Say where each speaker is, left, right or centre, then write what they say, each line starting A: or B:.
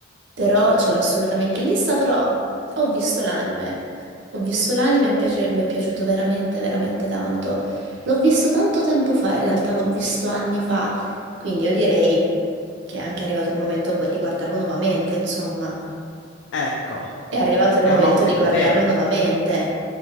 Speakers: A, on the right; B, on the left.
A: però ce l'ho assolutamente in lista, però ho visto l'anime. Ho visto l'anime e mi piace- mi è piaciuto veramente, veramente tanto. L'ho visto tanto tempo fa, in realtà l'ho visto anni fa, quindi io direi che è anche arrivato il momento gu- di guardarlo nuovamente, insomma.
B: Ecco,
A: È arrivato il
B: È
A: momento
B: un'ottima
A: di guardarlo
B: idea,
A: nuovamente,